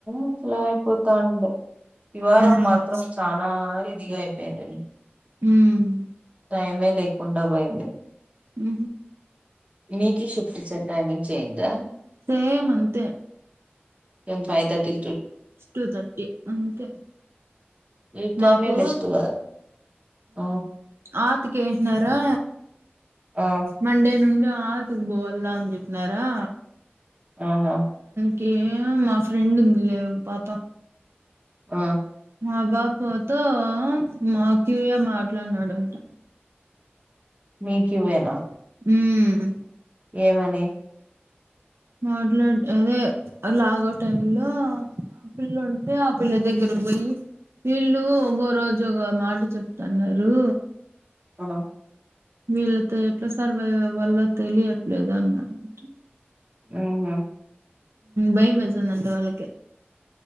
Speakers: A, on the right; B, on the right.
A: అట్లా అయిపోతాండ వివారం
B: హ్మ్
A: మాత్రం చాలా ఇదిగా పందని
B: హ్మ్
A: టైమే లేకుండా పోయింది
B: ఉ
A: మీకు షిఫ్ట్ ఇచ్చే ప్లానింగ్ చేయందా
B: సేమంతే
A: ఫైర్టీ
B: టూ థర్టీ అంతే
A: ఈ టైమే
B: మాకు
A: బెస్ట్ కదా ఆ
B: ఆతికినారా
A: ఆ
B: మండే నేనుండి ఆతుకు బల్దా అని చెప్పినారా
A: ఆహా
B: కే మా ఫ్రెం ఉందిలే పాత
A: ఆ
B: మా పాపతో మా అఖిలే మాట్లాడినాడంట
A: మీ క్యూయేనా
B: ఉమ్
A: ఏమని
B: మాట్లాడ అదే లాగో టైమ్ లో ఆ పిల్ల ఉంటే ఆ పిల్ల దగ్గర పోయి వీళ్ళు ఒకోరోజు ఒకో మాట చెప్తున్నారు
A: ఆ
B: వీళ్ళతో ఎట్లా సర్వైవ్ అవ్వాలో తెలియట్లేదు అన్నాడంట
A: ఆహ
B: భయమేస్తుంది అంట వాళ్ళకి